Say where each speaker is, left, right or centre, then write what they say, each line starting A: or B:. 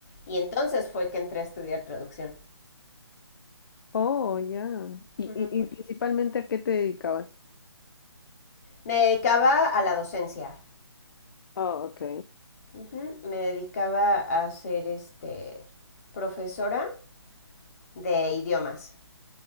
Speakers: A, on the left; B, on the left.
A: Y entonces fue que entré a estudiar traducción.
B: Oh, ya. Y,
A: Ujú.
B: y, y principalmente a qué te dedicabas?
A: Me dedicaba a la docencia.
B: Ah, ok.
A: Ujú, Me dedicaba a ser este profesora de idiomas.